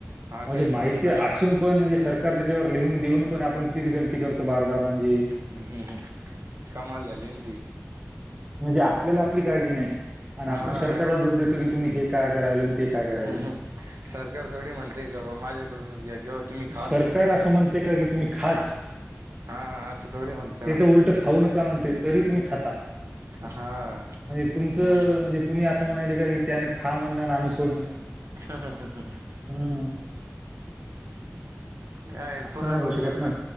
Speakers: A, on the right; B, on the right.
A: हा
B: म्हणजे
A: तेच ना
B: माहिती
A: सर
B: असून पण म्हणजे सरकार त्याच्यावर लिहून देऊन पण आपण तीच गलती करतो बार बार म्हणजे
A: हम्म हम्म कमाल झाली ना ती.
B: आपल्या आपली काळजी नाही
A: हा.
B: आपण सरकारला दोष देतो क तुम काय करायला ते काय करायल
A: हम ह सरकार थोडी म्हणते का बा माझ्याकडूनच घ्या किंवा तुम्ही खाच
B: सरकार
A: म्हणून
B: असं म्हणते का की तुम्ही ते
A: हा असं थोडी म्हणतय मग.
B: तर उलट खाऊ नका म्हणते तरी तुम्ही ख
A: हा.
B: म्हणजे तुमचं
A: मग
B: म्हणजे तुम्ही अस अस म्हणा का की त्यान खा म्हणं आम्ही सोडणं
A: हा हा हा ह
B: हम्म.
A: का
B: असं
A: पुरा
B: नाही होऊ
A: दोष
B: शकत
A: सरकार
B: ना.